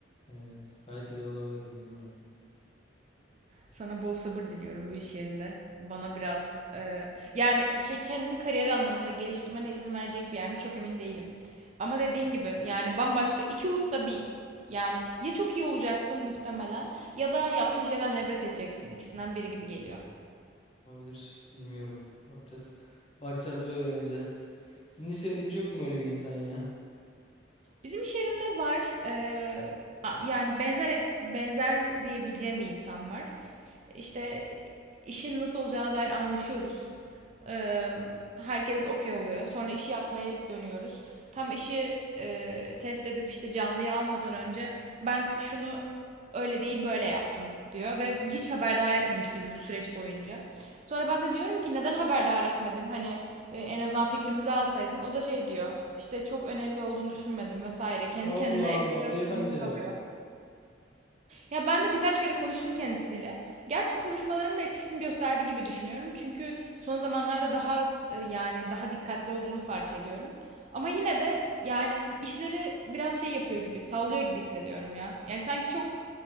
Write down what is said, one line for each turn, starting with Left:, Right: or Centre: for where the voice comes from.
Left: Evet belki de olabilirim bilmiyorum.
Right: Sana bol sabır diliyorum bu iş yerinde. Bana biraz e, yani ke- kendini kariyer anlamında geliştirmene izin verecek bir yer mi çok emin değilim. Ama dediğin gibi yani bambaşka iki uçta bir yani ya çok iyi olacaksın muhtemelen ya da yaptığın şeyden nefret edeceksin. İkisinden biri gibi geliyor.
Left: Olabilir. Bilmiyorum. Bakacağız. Bakacağız ve öğreneceğiz. Sizin işlerinde hiç yok mu öyle bir insan ya?
Right: Bizim iş yerinde var. Ee, yani benzer benzer diyebileceğim bir insan var. İşte işin nasıl olacağına dair anlaşıyoruz. Ee, herkes okey oluyor. Sonra işi yapmaya dönüyoruz. Tam işi e, test edip işte canlıyı almadan önce ben şunu öyle değil böyle yaptım diyor ve hiç haberdar etmemiş bizi bu süreç boyunca. Sonra ben de diyorum ki neden haberdar etmedin? Hani e, en azından fikrimizi alsaydın. O da şey diyor işte çok önemli olduğunu düşünmedim vesaire. Kendi
Left: Allah
Right: kendine
Left: Allah
Right: ekstra
Left: beyefendiye
Right: sorumluluk alıyor.
Left: bak.
Right: Ya ben de birkaç kere konuştum kendisiyle. Gerçi konuşmalarım da etkisini gösterdi gibi düşünüyorum. Çünkü son zamanlarda daha e, yani daha dikkatli olduğunu fark ediyorum. Ama yine de yani işleri biraz şey yapıyor gibi, sallıyor gibi hissediyorum ya. Yani sanki çok